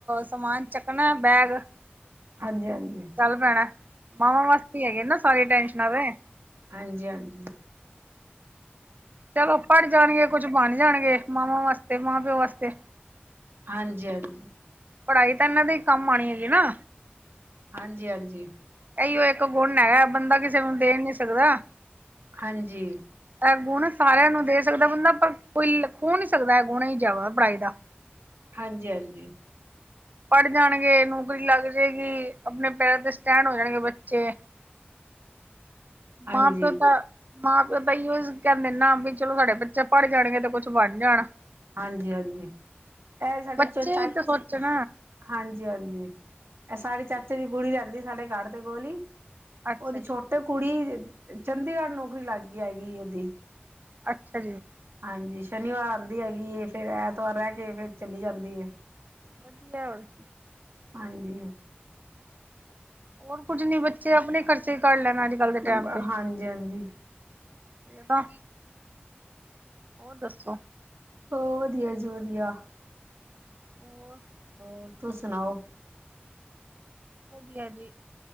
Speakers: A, on the right; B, on the right.
A: ਸਮਾਨ ਚੱਕਣਾ ਬੈਗ,
B: ਹਾਂਜੀ ਹਾਂਜੀ
A: ਚੱਲ ਪੈਣਾ ਮਾਵਾਂ ਵਾਸਤੇ ਹੀ ਹੈਗਿਆ ਨਾ ਸਾਰੀਆਂ ਟੈਨਸ਼ਨਾਂ ਤੇ,
B: ਹਾਂਜੀ-ਹਾਂਜੀ,
A: ਚਲੋ ਪੜ ਜਾਣਗੇ, ਕੁਛ ਬਣ ਜਾਣਗੇ। ਮਾਵਾਂ ਵਾਸਤੇ ਮਾਂ ਪਿਓ ਵਾਸਤੇ
B: ਹਾਂਜੀ, ਹਾਂਜੀ।
A: ਪੜ੍ਹਾਈ ਤਾਂ ਇਹਨਾਂ ਦੇ ਕੰਮ ਆਉਣੀ ਹੈਗੀ ਨਾਂ।
B: ਹਾਂਜੀ, ਹਾਂਜੀ।
A: ਇਹੀਓ ਇੱਕ ਗੁਣ ਹੈਗਾ, ਬੰਦਾ ਕਿਸੇ ਨੂੰ ਦੇ ਨੀਂ ਸਕਦਾ।
B: ਹਾਂਜੀ।
A: ਇਹ ਗੁਣ ਸਾਰਿਆਂ ਨੂੰ ਦੇ ਸਕਦਾ ਬੰਦਾ, ਪਰ ਕੋਈ ਖੋ ਨਹੀਂ ਸਕਦਾ। ਇਹ ਗੁਣ ਜੋ ਹੈਗਾ ਪੜ੍ਹਾਈ ਦਾ।
B: ਹਾਂਜੀ, ਹਾਂਜੀ।
A: ਪੜ੍ਹ ਜਾਣਗੇ, ਨੌਕਰੀ ਲੱਗ ਜਾਏਗੀ, ਆਪਣੇ ਪੈਰਾਂ ਤੇ ਸਟੈਂਡ ਹੋ ਜਾਣਗੇ ਬੱਚੇ। <inaudible>
B: ਹਾਂਜੀ
A: ਮਾਂ ਪਿਓ ਤਾਂ ਮਾਂ ਪਿਓ ਤਾਂ ਇਔ ਕਹਿੰਦੇ ਨੇਂ ਨਾਂ ਵੀ ਚਲੋ, ਸਾਡੇ ਬੱਚੇ ਪੜ ਜਾਣਗੇ ਤੇ ਕੁਛ ਬਣ ਜਾਣ।
B: ਹਾਂਜੀ, ਹਾਂਜੀ। ਇਹ ਸਾਡੀ
A: ਬੱਚੇ
B: ਚ ਚਾਚੀ
A: ਵੀ ਤਾਂ ਸੋਚਣ
B: <unintelligible> ਹਾਂਜੀ ਹਾਂਜੀ, ਇਹ ਸਾਡੇ ਚਾਚੇ ਦੀ ਗੁੜੀ ਲੈਂਦੀ ਸਾਡੇ ਗੜ ਤੇ ਗੋਲੀ
A: ਅੱਛਾ
B: ਉਹਦੀ
A: ਜੀ
B: ਛੋਟੀ ਤੇ ਕੁੜੀ ਚੰਡੀਗੜ੍ਹ ਨੌਕਰੀ ਲੱਗ ਗੀ ਹੇਗੀ ਉਹਦੀ।
A: ਅੱਛਾ ਜੀ।
B: ਹਾਂਜੀ, ਸ਼ਨੀਵਾਰ ਆਂਦੀ ਹੈਗੀ ਐ, ਫੇਰ ਐਤਵਾਰ ਰਹਿ ਕੇ ਫੇਰ ਚਲੀ ਜਾਂਦੀ ਐ।
A: ਵਧੀਆ ਹੋਰ
B: ਹਾਂਜੀ।
A: ਹੋਰ ਕੁੱਝ ਨੀਂ ਬੱਚੇ ਆਪਣੇ ਖਰਚੇ ਹੀ ਕਢੱ ਲੈਣ ਅੱਜ-ਕੱਲ
B: ਹਾਂਜੀ
A: ਦੇ ਟਾਈਮ ਤੇ
B: ਹਾਂਜੀ
A: ਜਗਹਾ ਹੋਰ ਦੱਸੋ।
B: ਓ ਵਧੀਆ ਜੀ, ਵਧੀਆ।
A: ਹੋਰ
B: ਹੋਰ ਤੁਸੀਂ ਸੁਣਾਓ।
A: ਵਧੀਆ ਜੀ।